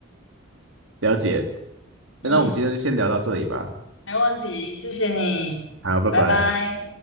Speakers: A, on the right (about 80°); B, on the left (about 75°).
A: 了解。那我们今天就先聊到这里吧，
B: 嗯，没问题，谢谢你，
A: 好，拜拜。
B: 拜拜。